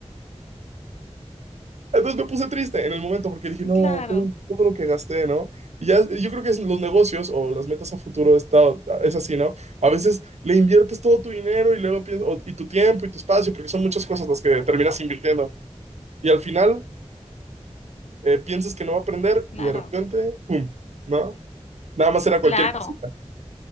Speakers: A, on the right; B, on the left.
A: Entonces me puse triste en el momento porque dije, no,
B: <laughs> claro,
A: todo, todo lo que gasté, ¿no? Y ya, yo creo que es los negocios o las metas a futuro está, es así, ¿no? A veces le inviertes todo tu dinero y luego piensas, o- y tu tiempo y tu espacio, porque son muchas cosas las que terminas invirtiendo. Y al final eh, piensas que no va a aprender
B: claro.
A: y de repente, ¡pum! ¿No? Nada más era cualquier
B: Claro,
A: cosita.